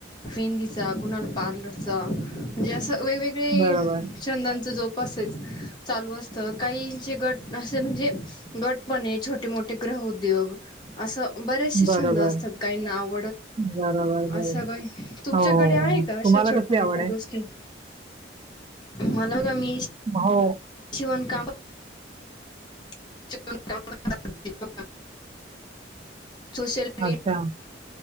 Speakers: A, on the left; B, on the right.
A: मेंदीचा, कोणाला पार्लरचा म्हणजे असं वेगवेगळे
B: बरोबर
A: छंदांच जोप चालू असत काहीचे गट असे म्हणजे, गटपणे छोटे मोठे ग्र उद्योग असे बरेचसे
B: बरोबर
A: छन्द
B: बरोबर
A: असतात काहींना <unintelligible>
B: बरोबर ब
A: असं काही तुमच्याकडे
B: हो-
A: आहे का अशा
B: तुम्हाला
A: छोट्या
B: कसली
A: मोठ्या
B: आवड आहे?
A: गोष्टी
B: <inaudible>
A: मला का? मी-
B: हो
A: शिवण काम. <unintelligible> सोशल मी
B: अच्छा